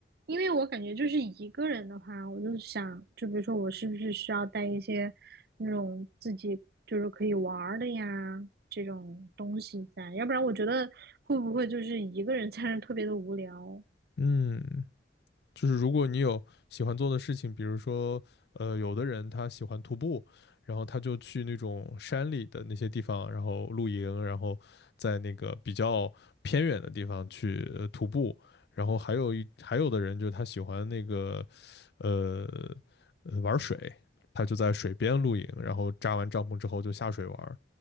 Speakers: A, on the right (about 60°); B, on the left (about 65°).
A: 因为我感觉就是一个人的话，我就想，就比如说我是不是需要带一些那种自己就是可以玩儿的呀这种东西在，要不然我觉得会不会就是一个人 <laughs> 在那儿特别的无聊。
B: 嗯，就是如果你有喜欢做的事情，比如说，呃，有的人他喜欢徒步，然后他就去那种山里的那些地方，然后露营，然后在那个比较偏远的地方去呃徒步。然后还有一还有的人就是他喜欢那个，呃，呃玩水，他就在水边露营，然后扎完帐篷之后就下水玩儿